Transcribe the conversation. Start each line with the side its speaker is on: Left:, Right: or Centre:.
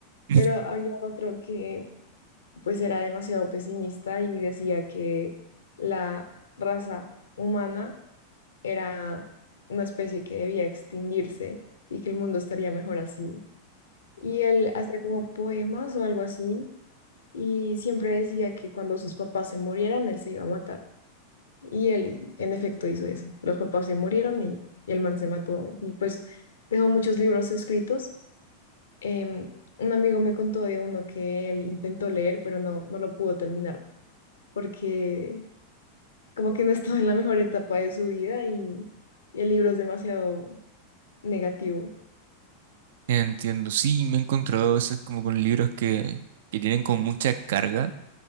Right: <laughs>
Left: pero había otro que pues era demasiado pesimista y decía que la raza humana era una especie que debía extinguirse y que el mundo estaría mejor así. Y él hacía como poemas o algo así y siempre decía que cuando sus papás se murieran, él se iba a matar. Y él, en efecto, hizo eso. Los papás se murieron y, y el man se mató. Y pues dejó muchos libros escritos. Em, un amigo me contó de uno que él intentó leer, pero no, no lo pudo terminar porque como que no estaba en la mejor etapa de su vida y, y el libro es demasiado negativo.
Right: Entiendo, sí, me he encontrado a veces como con libros que, que tienen como mucha carga